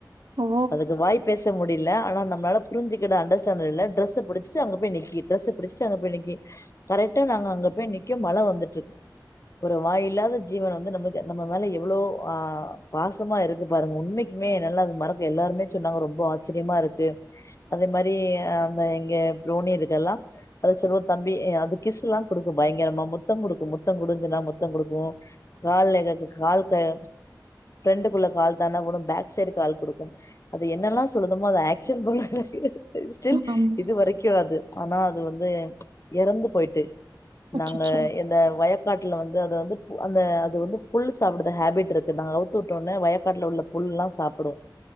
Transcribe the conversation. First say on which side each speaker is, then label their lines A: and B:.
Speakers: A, on the right; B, on the left.
A: ஓ!
B: அதுக்கு வாய்ப்பு பேச முடியல ஆனா நம்மளால புரிஞ்சுகிட அண்டர்ஸ்டாண்டில்ல டிரஸ் புடிச்சட்டு அங்க போய் நிக்கி ட்ரெஸ புடிச்சட்டு அங்க போய் நிக்கி கரெக்டா நாங்க அங்க போய் நிக்க மழ வந்துட்டு ஒரு வாய் இல்லாத ஜீவன் வந்து நம்ம நம்ம மேல எவ்வளவு அ பாசமா இருக்கு பாருங்க உண்மைக்குமே நல்லா அது மறக்க எல்லாருமே சொன்னாங்க ரொம்ப ஆச்சரியமா இருக்கு அதே மாரி அ அந்த எங்க புரோணி இருக்க எல்லா அத சொல்லவ தம்பி அது கிஸ் எல்லா குடுக்கு பயங்கரமா முத்தம் குடுக்கு மு முத்தோ குடுனு சொன்ன முத்த குடுக்கு கால்ல நெக கால்க ஃப்ரண்டண்டுக்குள்ள கால் தான தா போடு பேக் சைடு கால் கொடுக்கு அது என்னெல்லா சொல்லுதுமோ அதது ஆக்ஷன் போல ஸ்டில்
A: ஆமா.
B: இது வரைக்கு அது ஆனா அது வந்து எறந்து போயிட்டு
A: அச்சச்சோ!
B: நாங்க இந்த வய க்காட்டுல வந்து அதது வந்து அந்த அது வந்து புல்லு சாப்பிடுற ஹேபிட் இருக்கு நாங்க அவுத்து வுட்டோனே வயக்காட்டல உள்ள புல்லா சாப்பிடு